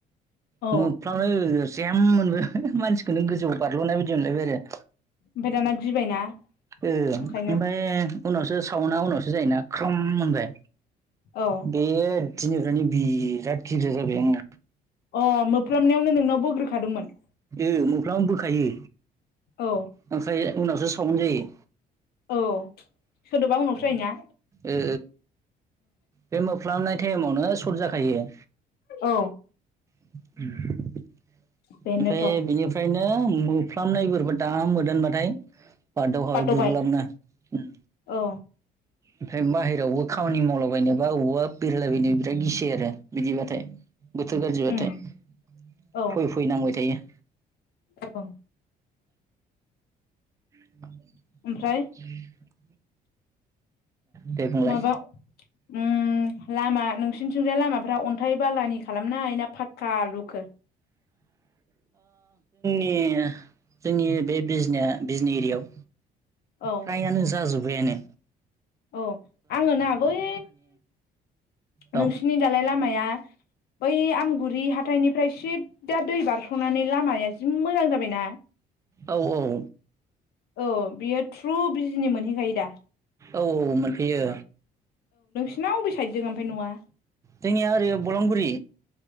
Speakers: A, on the left (about 75°); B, on the right (about 20°).
A: ओमफ्राय
B: मोफ होग्रो जेम मोनबाय मानसिखौनो गोजौआव बारल'नाय बायदि मोनलायबाय आरो
A: ओमफाय दाना गिबायना?
B: ओं
A: ओंखायनो
B: ओमफाय उनावसो सावना उनावसो जायोना ख्रोम होनबाय
A: औ
B: बे दिनिफ्रायनो बिराद गिग्रा जाबाय आङो
A: अ मोफ्लामनायावनो नोंनाव बोग्रोखादोंमोन?
B: ओ मोफ्लामबानो बोखायो
A: औ
B: ओमफ्राय उनावसो साउन्ड जायो।
A: औ सोदोबा उनावसो जायो ना?
B: ओ बे मोफ्लामनाय टाइमावनो सर्ट जाखायो।
A: औ
B: <unintelligible> ओमफाय
A: बेनोथ'
B: बिनिफ्रायनो मोफ्लामनाय बोरैबा दा मोदोनबाथाय बादाव खाबाय
A: बारद'बाय
B: गुरलाबनो उम
A: औ
B: ओमफ्राय बाहेरायावबो खामानि मावलाबायनोबा अबावबा बेरायलायबाय नो बिराद गिसै आरो बिदिबाथाय गोथोर गाज्रिबाथाय
A: उम औ
B: फै फैनांबाय थायो।
A: औ
B: <inaudible>
A: ओमफ्राय
B: दे बुंलाय
A: माबा उम लामा नोंसिनिथिंजाय लामाफ्रा अन्थाइ बालानि खालामनाय ना फाक्का लुखो?
B: एह जोंनि बे बिजनिया बिजनि एरिआव
A: औ
B: फ्रायानो जाजोब बायानो
A: औ आङो ना बै
B: औ
A: नोंसिनि दालाय लामाया बै आमगुरि हाथाइनिफ्राय सिददा दै बारस'नानै लामाया जि मोजां जाबायना
B: औ औ
A: औ बियो थ्रु बिजनि मोनहैखायो दा
B: औ औ मोनफैयो
A: नाव अबे साइददों ओमफाय नङा
B: जोंनिया ओरै बलंगुरि